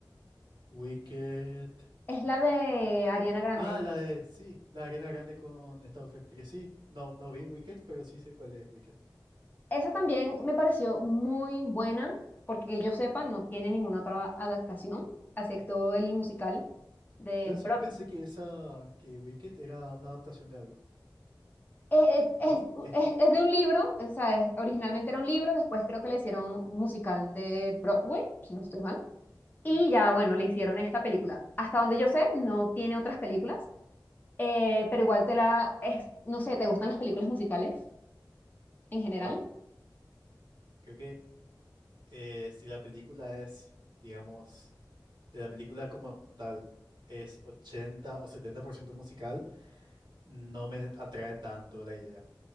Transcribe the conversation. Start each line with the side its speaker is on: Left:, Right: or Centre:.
Right: Wicked.
Left: Es la de Ariana Grande.
Right: Ah, la de, sí, la Arena Grande con esta otra actriz. Sí, no, no vi Wicked, pero sí sé cuál es Wicked.
Left: Esa también me pareció muy buena, porque que yo sepa, no tiene ninguna otra adaptación, excepto el musical de
Right: Yo en serio
Left: Brock.
Right: pensé que esa, que Wicked era una adaptación de algo.
Left: Eh, eh,
Right: ¿No?
Left: Es,
Right: Esto,
Left: es- es de un libro, o sea, es- originalmente era un libro, después creo que le hicieron un musical de Broadway, si no estoy mal, y
Right: mm,
Left: ya, bueno, le hicieron esta película. Hasta donde yo sé, no tiene otras películas, eh, pero igual te la, es, no sé, ¿te gustan las películas musicales en general?
Right: bueno, creo que eh, si la película es, digamos, de la película como tal es 80 o 70% musical, no me atrae tanto la idea.